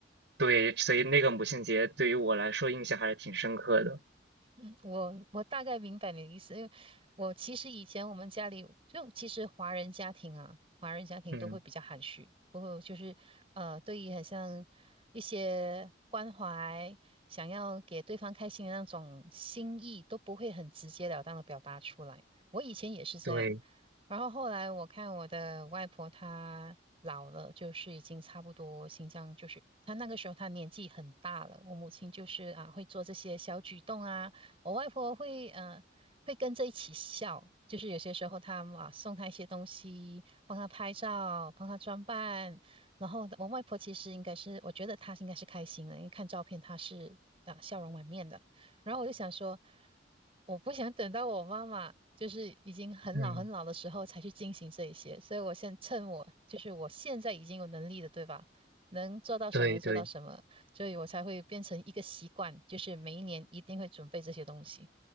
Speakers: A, on the right; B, on the right.
A: 对，所以那个母亲节对于我来说印象还是挺深刻的。
B: 嗯我我大概明白你的意思，因为我其实以前我们家里就其实华人家庭啊，华人家庭都会比较含蓄，
A: 嗯，
B: 不会就是呃，对于很像一些关怀，想要给对方开心的那种心意，都不会很直截了当的表达出来。我以前也是这样，
A: 对，
B: 然后后来我看我的外婆她老了，就是已经差不多新疆就是她那个时候她年纪很大了，我母亲就是啊会做这些小举动啊。我外婆会呃会跟着一起笑，就是有些时候她啊送她一些东西，帮她拍照，帮她装扮。然后我外婆其实应该是，我觉得她应该是开心的，因为看照片她是啊笑容满面的。然后我就想说，我不想等到我妈妈就是已经很老很老的时候才去进行这一些，
A: 嗯，
B: 所以我现趁我就是我现在已经有能力的，对吧？能做到什么就做到什么，
A: 对对。
B: 所以我才会变成一个习惯，就是每一年一定会准备这些东西。